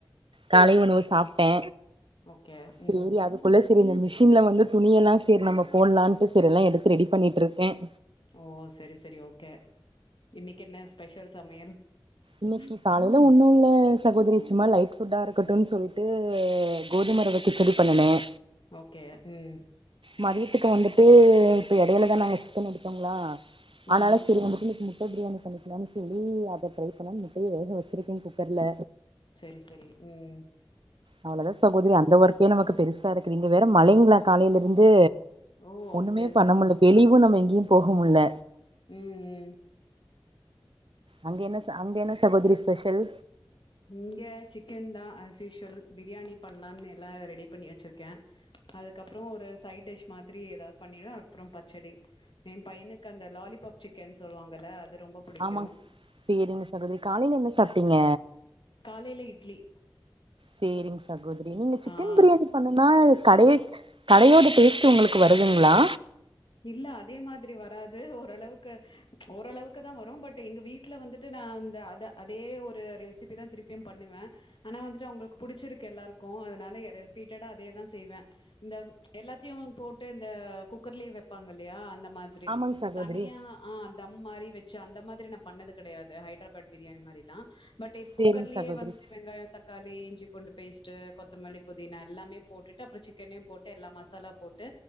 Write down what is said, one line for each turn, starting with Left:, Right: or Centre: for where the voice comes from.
Right: காலை உணவு சாப்பிட்டே
Left: ஓகே ம்
Right: செரி அதுக்குள்ள செரி இந்த மிஷி ஷின்ல வந்து துணிய எல்லா செரி நம்ம போடலாம்ட்டு செரி எல்லா எடுத்து ரெடி பண்ணிட்டு இருக்கேன்
Left: ஓ செரி செரி ஓகே இன்னைக்கு என்ன ஸ்பெஷல் சமையல்
Right: இன்னைக்கு
Left: அச்
Right: காலையில ஒன்னு இல்ல சகோதரி சும்மா லைட் ஃபுட்டா இருக்கட்டும்னு சொல்லிட்டு இது கோதுமை ரவ கிச்சடி பண்ணுனேன்
Left: ஓகே உம்
Right: மதியத்துக்கு வந்துட்டு இப்ப எடையிலதான் நாங்க சிக்கன் எடுத்தோங்களா
Left: ம்
Right: ஆனால செரி வந்துட்டு இன்னைக்கு முட் முட்ட பிரியாணி பண்ணிக்கலனு சொல்லி அத ட்ரை பண்ண முட்டைய வேக வச்சிருக்கேன் குக்கர்ல
Left: செரி செரி உம்
Right: அவ்ளோ தான் சகோதிரி அந்த ஒர்க்கே நமக்கு பெருசா இருக்குது இங்கே வேற மழங்களா காலையிலேருந்து
Left: ஓ
Right: ஒண்ணுமே
Left: செரி
Right: பண்ண
Left: செரி
Right: முடியில வெளியும் நம்ம எங்க யும் போகமுடில
Left: உம் உம்
Right: அங்கென்ன அங்கென்ன சகோதரி ஸ்பெஷல்
Left: இங்க சிக்கன் தான் அஸ்யூஸ்வல் பிரியாணி பண்ணலன்னு எல்லாம் ரெடி பண்ணி வச்சிருக்கேன் அதுக்கப்புறம் ஒரு சைட் டிஷ் மாதிரி ஏதாது பண்ணிடும் அதுப்புறம் பச்சடி என் பையனுக்கு அந்த லாலிபாப் சிக்கன்னு சொல்லுவாங்கல்ல அது ரொம்ப புடிக்கு
Right: ஆமா செரிங்க சகோதரி காலையில என்ன சாப்டீங்க
Left: காலையில இட்லி
Right: செரிங் சகோதிரி நீங்க சிக்கன்
Left: ஆ
Right: பிரியாணி பண்ணுன கடைய் கடையோட பேஸ்ட் உங்களுக்கு வருதுங்களா
Left: இல்ல அதே மா திரி வராது ஓரளவுக்கு ஓரளவுக்கு தான் வரும் பட் எங்க வீட்டுல வந்துட்டு நான் இந்த அத அதே ஒரு ரெசிபி தான் திருப்பியும் பண்ணுவேன் ஆனா வந்துட்டு அவங்களுக்கு புடிச்சிருக்கு எல்லாருக்கும் அதனால ரிப்பீட்டடா அதே தான் செய்வேன் இந்த எல்லாத்தையும் போட்டு இந்த குக்கர்லயே வைப் பாங்க இல்லையா அந்த மாதிரி
Right: ஆமாங்க சகோதரி
Left: தனியா ஆஹ் தம் மாரி வச்சு அந்த மாதிரி நான் பண்ணது கிடையாது ஹைதராபாத் பிரியாணி மாரிலாம் பட் இப்ப
Right: சேரிங்க
Left: குக்கர்லேயே
Right: சகோதரி
Left: வந்துட்டு வெங்காயம் தக்காளி இஞ்சி பூண்டு பேஸ்ட் கொத்தமல்லி புதினா எல்லாமே போட்டுட்டு அப்புறம் சிக்கனையும் போட்டு எல்லா மசாலா போட்டு